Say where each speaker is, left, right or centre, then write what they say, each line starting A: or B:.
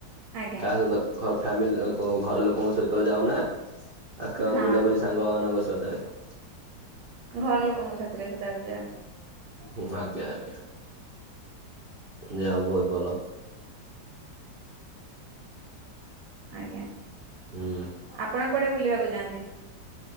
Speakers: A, on the right (about 75°); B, on the right (about 60°).
A: ଆଜ୍ଞା
B: କହା ସହିତ ଘର ଫ୍ୟାମିଲି ଙ୍କ ଘର ଲୋକଙ୍କ ସହିତ ଯାଉନା, ଆ
A: ହଁ
B: ବୁଲାବୁଲି ସାଙ୍ଗମାନଙ୍କ ସହିତ ଯାଉଥିବ?
A: ଘର ଲୋକଙ୍କ ସାଥିରେ ସଦାବେଳେ ଯାଏ।
B: ହୁଁ, ଆଜ୍ଞା ଆଜ୍ଞା। ଯା ହୋଉ ବୋହୁତ୍ ଭଲ।
A: ଆଜ୍ଞା।
B: ହୁଁ।
A: ଆପଣ କୁଆଡେ ବୁଲିବାକୁ ଯାଆନ୍ତି?